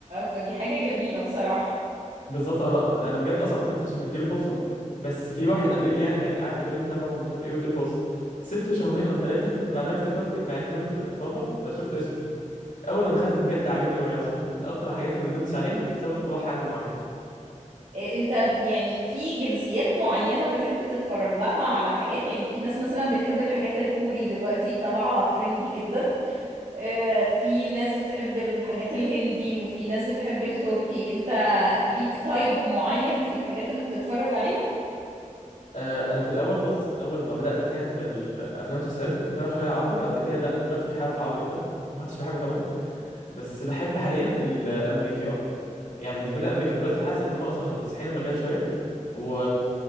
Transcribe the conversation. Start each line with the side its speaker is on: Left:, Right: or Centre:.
Right: فدي حاجة جميلة بصراحة
Left: بالظبط انا أنا بجد اصلا ما كنتش مديله فرصه بس في واحد قريبي يعني كان قاعد يقول لي تابعه ومش عارف ايه واديله فرصه سبته شهرين او ثلاثه <laughs> بعدين افتكرت كان بعته لي في في مره فشفت اسمه اول ما دخلت بجد عجبني قوي يعني صح من اكتر الحاجات اللي ما ندمتش عليها بسبب اقتراح حد معين
Right: إيه، انت يعني في جنسيات معينة بتحب تتفرج لها على حاجات يعني في ناس مثلا بتحب الحاجات الكوري دلوقتي طالعة ترندي جدا اه، في ناس بتحب الحاجات الهندي وفي ناس بتحب التركي انت ليك تايب معين في الحاجات اللي بتتفرج عليها
Left: آه، انا في الاول خالص اول ما بدات يعني في الافلام والمسلسلات كنت بتابع شويه عربي بعد كده لا دلوقتي مش حابب العربي ابدا ما عدتش بحب اتابعه بس بحب حاليا الامريكي اكتر يعني بالنسبه لي الامريكي دلوقتي حاسس ان هم اصلا مكتسحين المجال شويه و